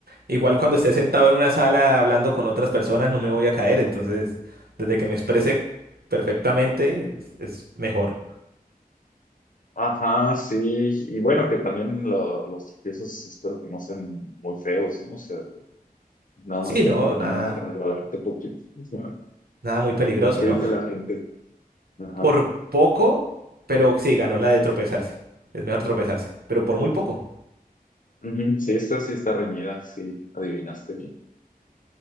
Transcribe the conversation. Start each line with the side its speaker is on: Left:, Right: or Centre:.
Right: igual cuando esté sentado en una sala hablando con otras personas no me voy a caer. Entonces, desde que me exprese perfectamente es, es mejor.
Left: Ajá, sí. Y bueno, que también lo- los tropiezos espero que no sean muy feos, ¿no? O sea, nada
Right: Sí,
Left: más como
Right: no,
Left: un
Right: nada,
Left: resbalarte poquito. ¿no?
Right: nada muy peligroso,
Left: ¿Y qué
Right: ¿no?
Left: dice la gente? Ajá.
Right: Por poco, pero sí, ganó la de tropezarse. Es mejor tropezarse, pero por muy poco.
Left: Ujú. Sí, esta sí está reñida, sí, adivinaste bien.